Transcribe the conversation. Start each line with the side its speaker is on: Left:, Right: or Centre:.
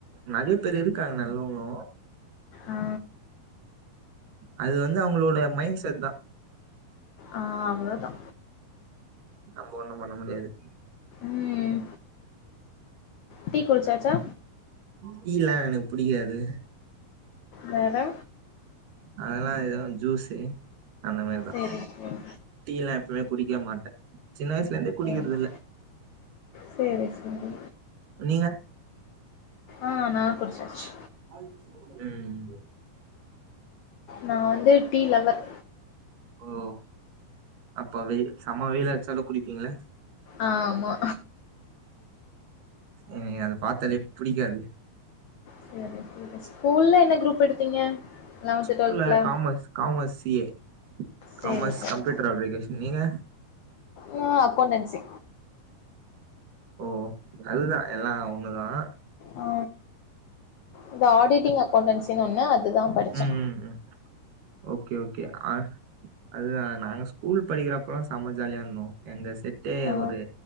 Right: நறைய பேர் இருக் இருக்காங்க நல்லவங்களு
Left: ஆ
Right: அது வந்து அவங்களோட மைண்ட் செட் தான்
Left: ஆ அவ்ளோதா
Right: நம்ம ஒண்ணும் பண்ண முடியாது
Left: ம் டீ குடிச்சாச்சா
Right: டி லா எனக்கு புடிக்காது
Left: வேற
Right: அதெல்லா எதுவும் ஜூஸு அந்த மாரிதான்
Left: சேரி சேரி
Right: டீய எல்லா எப்பவுமே குடிக்க மாட்டே சின்ன வயசுல இருந்தே குடிக்கறத
Left: ம்
Right: இல்ல
Left: சேரி சேரி
Right: நீங்க
Left: ஆ ந குடிச்சாச்சு
Right: ம் ம்
Left: நான் வந்து டீ லவ்வர்
Right: ஓ அப்ப வெய் செம வெயில் அடிச்சாலு குடிப்பீங்கள
Left: ஆமா
Right: என்கு அத பார்த்தாலே புடிக்காது
Left: சேரி ஸ்கூல்ல என்ன குரூப் எடுத்தீங்க லெவன்த்து
Right: ஸ்கூல்ல
Left: டுவெல்த்துல
Right: காமர்ஸ் காமர்ஸ் சிஏ
Left: சேரி
Right: காமர்ஸ்
Left: சேரி
Right: கம்ப்யூட்டர் அப்ளிகேஷன் நீங்க
Left: நா அக்கௌண்டன்சி
Right: ஓ அதுதான் எல்லாம் ஒண்ணுதான்
Left: ஆ இந்த ஆடிட்டிங் அக்கௌன்ண்டன்சினு ஒன்னு அதுதான் படிச்சே
Right: ம் ம் ம் ஓகே ஓகே அ அதுதான் நாங்க ஸ்கூல் படிக்கிறப்பல்லா செம்ம ஜாலியா இருந்தோம் எங்க செட்டே
Left: ஆ
Right: ஒரு